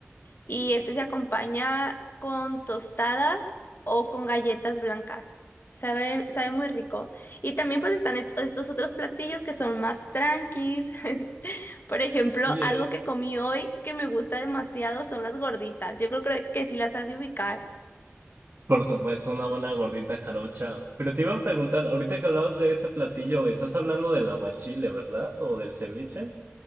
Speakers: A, on the left; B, on the right.
A: y este se acompaña con tostadas o con galletas blancas. Sabe, sabe muy rico. Y también pues están est- estos otros platillos que son más tranquis, <laughs> Por ejemplo,
B: Oye,
A: algo que comí hoy que me gusta demasiado son las gorditas. Yo creo que, que sí las has de ubicar.
B: Por supuesto, una buena gordita jarocha. Pero te iba a preguntar, ahorita que hablabas de ese platillo, estás hablando del aguachile, ¿verdad? ¿O del ceviche?